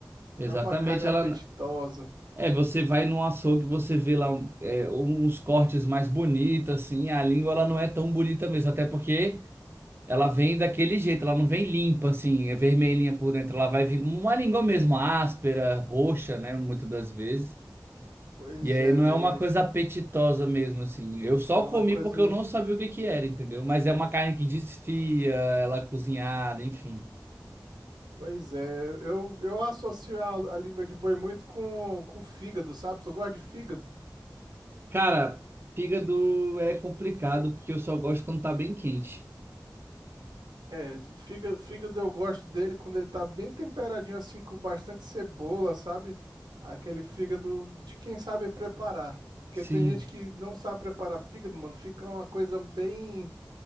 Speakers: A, on the right (about 30°); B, on the right (about 70°).
A: exatamente.
B: Não é uma carne apetitosa.
A: Ela. É, você vai num açougue, você vê lá um, é, uns cortes mais bonitos, assim, a língua ela não é tão bonita mesmo, até porque. Ela vem daquele jeito, ela não vem limpa, assim, é vermelhinha por dentro. Ela vai vir como uma língua mesmo, áspera, roxa, né? Muitas das vezes.
B: Pois
A: E aí
B: é,
A: não
B: velho,
A: é uma coisa apetitosa mesmo, assim. Eu só
B: é uma
A: comi
B: coisa
A: porque eu não sabia o que que era, entendeu? Mas é uma carne que desfia, ela é cozinhada, enfim.
B: Pois é, eu, eu associo a, a língua de boi muito com, com fígado, sabe? Eu gosto de fígado.
A: Cara, fígado é complicado porque eu só gosto quando tá bem quente.
B: É, fígado, fígado eu gosto dele quando ele tá bem temperadinho assim, com bastante cebola, sabe? Aquele fígado de quem sabe preparar. Porque
A: Sim.
B: tem gente que não sabe preparar fígado, mano. Fica uma coisa bem.